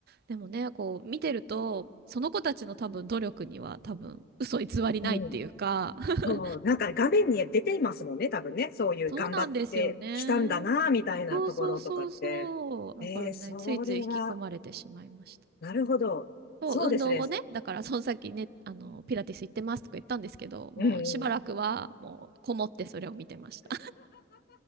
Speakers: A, on the right; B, on the left.
A: でもね、こう、見てると、その子たちの多分努力には多分、嘘偽りないっていうか、
B: うん。
A: <laughs>
B: そう、なんか画面に出ていますもんね、多分ね。そういう頑張ってきたんだな、
A: そうなんですよね。
B: みたいなところとかって。
A: そうそうそうそう。だからね、
B: えー、それは、
A: ついつい引き込まれてしまいました。
B: なるほど。
A: そう、
B: そうですね。
A: 運動をね、だからその先ね、あの、ピラティス行ってますとか言ったんですけど、もうしばらくはもうこもってそれを見てました。
B: うん。